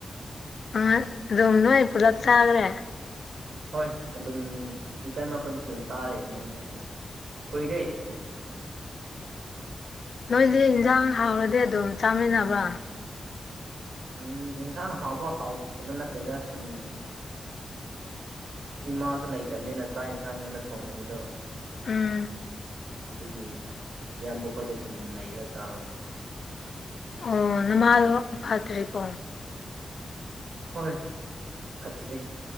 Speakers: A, on the left; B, on the right.
A: ꯑ ꯑꯗꯨꯣꯝꯅ ꯑꯩ ꯄꯨꯂꯞ ꯆꯥꯈ꯭ꯔꯦ
B: ꯍꯣꯏ ꯑꯗꯨꯝ ꯏꯇ ꯃꯈꯣꯏꯗꯤ ꯑꯗꯨꯝ ꯆꯥꯔꯕꯅꯦ ꯍꯟꯗꯛꯇꯤ ꯀꯣꯏꯔꯦ
A: ꯅꯣꯏꯗꯤ ꯏꯟꯁꯥꯡ ꯍꯥꯎꯔꯗꯤ ꯑꯗꯨꯝ ꯆꯥꯃꯤꯟꯅꯕ꯭ꯔꯥ
B: ꯎꯝ ꯏꯟꯁꯥꯡ ꯍꯥꯎꯕ ꯍꯥꯎꯇꯕ ꯅꯠꯇꯦꯗ ꯁꯨꯝ ꯏꯃꯥꯁꯨ ꯂꯩꯇꯕꯅꯤꯅ ꯆꯥꯛ ꯌꯦꯟꯁꯥꯡ ꯌꯨꯝꯅ ꯊꯣꯡꯅꯕꯗꯣ
A: ꯎꯝ
B: ꯑꯗꯨꯒꯤ ꯏꯌꯥꯝꯕ ꯑꯩꯣꯏꯗ ꯑꯗꯨꯝ ꯂꯩꯔꯒ ꯆꯥꯕ
A: ꯑꯣ ꯅꯝꯃ ꯄꯠꯇꯔꯀꯣ
B: ꯍꯣꯏ ꯐꯠꯇꯔꯤꯦ